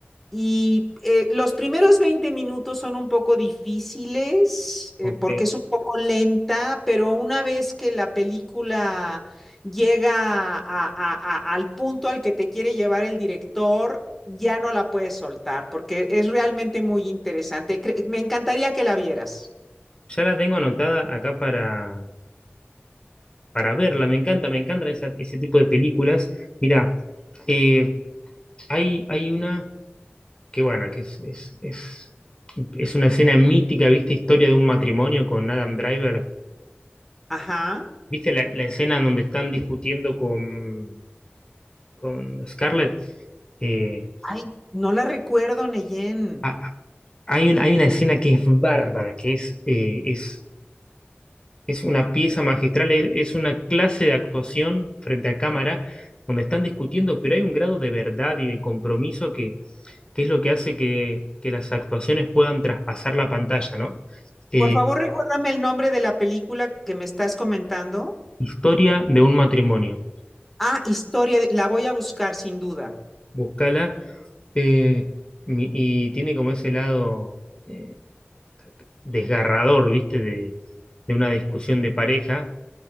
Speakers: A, in the centre; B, on the left.
A: y eh, los primeros 20 minutos son un poco difíciles eh,
B: Ok.
A: porque es un poco lenta, pero una vez que la película llega a- a- a- al punto al que te quiere llevar el director, ya no la puedes soltar porque es realmente muy interesante. Cre- me encantaría que la vieras.
B: Ya la tengo anotada acá para, para verla. Me encanta, me encanta esa- ese tipo de películas. Mirá, eh, hay, hay una que, bueno, que es, es, es, es una escena mítica, ¿viste? Historia de un matrimonio con Adam Driver.
A: Ajá.
B: ¿Viste la, la escena en donde están discutiendo con, con Scarlett? Eh,
A: Ay, no la recuerdo, Neyen.
B: ha- hay un- hay una escena que es bárbara, que es, eh, es, es una pieza magistral, es, es una clase de actuación frente a cámara, donde están discutiendo, pero hay un grado de verdad y de compromiso que, que es lo que hace que, que las actuaciones puedan traspasar la pantalla, ¿no? Eh,
A: Por favor, recuérdame el nombre de la película que me estás comentando.
B: historia de un matrimonio.
A: Ah, historia, de- la voy a buscar sin duda.
B: Búscala. eh, mi- y tiene como ese lado. eh, desgarrador, ¿viste? De, de una discusión de pareja.